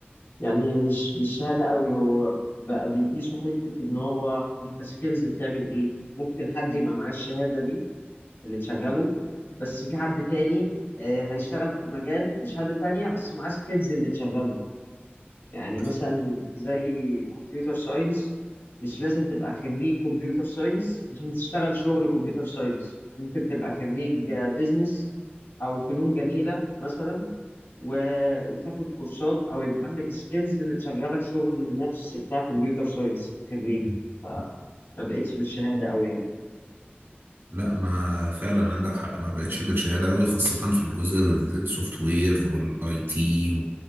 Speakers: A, on the left (about 75°); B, on the right (about 70°).
A: يعني مش بالشهاده قوي هو بقى بيقيسوا حته ان هو انت سكيلز بتعمل ايه ممكن حد يبقى معاه الشهاده دي اللي تشغله بس في حد تاني آه، هيشتغل في المجال بشهاده تانيه بس معاه سكيلز اللي تشغله يعني
B: بس.
A: مثلا زي كمبيوتر ساينس مش لازم تبقى خريج كمبيوتر ساينس عشان تشتغل شغل كمبيوتر ساينس ممكن تبقى خريج بيزنس او فنون جميله مثلا و... وتاخد كورسات او يبقى عندك سكيلز اللي تشغلك شغل نفس بتاع كمبيوتر ساينس خريج
B: مم.
A: فما بقتش بالشهاده قوي يعني
B: لا ما فعلا عندك حق ما بقتش بالشهاده قوي خاصه في الجزء السوفت وير والاي تي